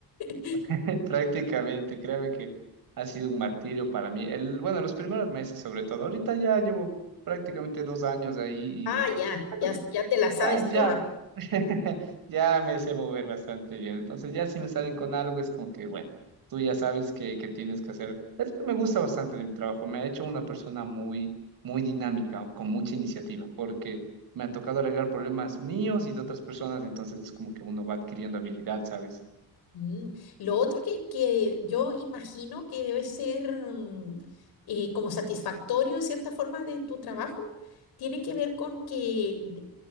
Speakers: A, on the left; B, on the right.
A: <laughs>
B: <laughs> Prácticamente, créame que ha sido un martirio para mí. El, bueno, los primeros meses sobre todo. Ahorita ya llevo prácticamente dos años ahí
A: Ah,
B: y
A: ya,
B: bueno,
A: ya, ya te la
B: Ya,
A: sabes
B: ya,
A: todas.
B: <laughs> ya me sé mover bastante bien. Entonces, ya si me salen con algo, es como que, bueno, tú ya sabes que, que tienes que hacer. Es lo que me gusta bastante de mi trabajo. Me ha hecho una persona muy, muy dinámica, con mucha iniciativa, porque me ha tocado arreglar problemas míos y de otras personas. Entonces, es como que uno va adquiriendo habilidad, ¿sabes?
A: Mm, Lo otro que, que yo imagino que debe ser mm, eh, como satisfactorio en cierta forma de tu trabajo, tiene que ver con que de-